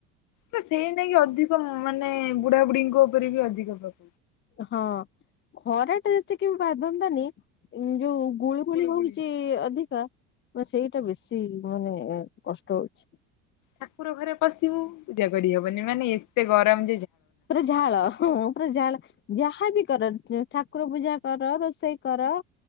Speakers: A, on the left; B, on the left.
A: ନା ସେଇ ନେଇକି ଅଧିକ ଗରମ୍ ମାନେ ବୁଢାବୁଢୀଙ୍କ ଉପରେ ବି ଅଧିକ <unintelligible>
B: ହଁ ଖରାଟା ଯେତିକି ବାଧନ୍ତାନି ଯୋଉ ଗୁଳିୁଗୁଳି
A: ଗୁଳୁ
B: ହଉଚି
A: ଗୁଳି
B: ଅଧିକା ସେଇଟା ବେଶୀ ମାନେ କଷ୍ଟ ହଉଚି।
A: ଠାକୁର ଘରେ ପଶିବୁ ପୂଜା କରିହବନି ମାନେ ଏତେ ଗରମ୍।
B: ପୁରା ଝାଳ ହଁ ପୁରା ଝାଳ ଯାହାବି କର ଠାକୁର ପୂଜା କର ରୋଷେଇ କର